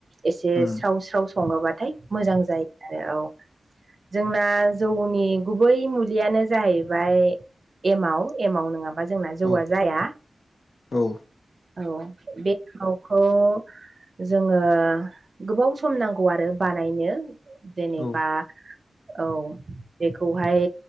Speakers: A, on the right; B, on the left.
A: एसे
B: उम
A: साव साव संङोबाथाय मोजां जायो आरो औ जोंना जौनि गुबै मुलियानो जाहैबाय एमाव एमाव नोंङाबा जोंना जौआ
B: औ
A: जाया
B: औ
A: औ बे खौ जोंङो गोबाव सम नांगौ आरो बानायनो । जेनेबा
B: औ
A: औ बेखौहाय